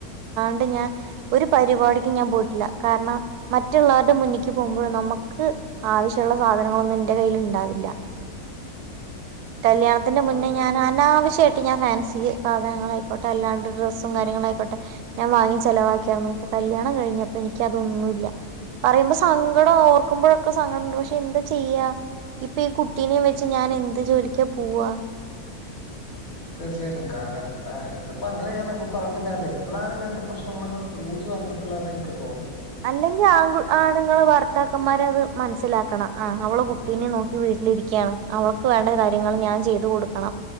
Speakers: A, on the right; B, on the left.
A: ണ്ട് ഞൻ ഒരു പരിപാടിക്ക് ഞാൻ പോട്ടില്ല കാരണം മറ്റുള്ളവരുടെ മുന്നിക് പോമ്പോ നമക്ക് ആവശ്യമുള്ള സാധനങ്ങളൊന്നും എന്റെ കയ്ൽ ഉണ്ടാവില്ല കല്യാണത്തിന്റെ
B: ത്-
A: മുന്നേ ഞാൻ തീച്ചയട്ട ഞാൻ ഫാൻസി സാധനൾായിക്കോട്ടെ അല്ലാണ്ട് ഡ്രസ്സും കാര്യങ്ങളായിക്കോട്ടെ ഞാൻ വാങ്ങി ചിലവാക്കിയിരുന്നു കല്യാണം കഴിഞ്ഞപ്പൊ എനിക്ക അതൊന്നുമല്ല പറയുമ്പോ സങ്കടം ഓർക്കുമ്പോഴൊക്കെ സങ്കടംണ്ട് പക്ഷെ എന്താ ചെയ്യ ഇപ്പൊ ഈ കുട്ടീനെയ വെച്ച് ഞാൻ എന്ത് ജോലിക്കാ പോവാ <inaudible>
B: തീർച്ചയായിട്ടും കാലഘട്ട ഇതിപ്പോ അങ്ങനെയാണ് ഇപ്പൊ പറഞ്ഞിട്ട് കേയ ഇപ്പോഴാണ് ഇങ്ങനത്തെ പ്രശ്നങ്ങളൊക്കെ കൂടി വന്നിട്ടുള്ള എനക്ക്
A: അല്ലെങ്കിൽ ആ ആണുങ്ങൾ ഭർത്താക്കന്മാരെ അത് മനസ്സിലാക്കണം ആ അവള്
B: അതെ
A: കുട്ടീനെ
B: അതെ അതെ
A: നോക്കി വി രിക്കയാണ് അവൾക്ക് വേണ്ട
B: അതെ
A: കാര്യങ്ങൾ ഞാൻ ചെയ്തു കൊടുക്കും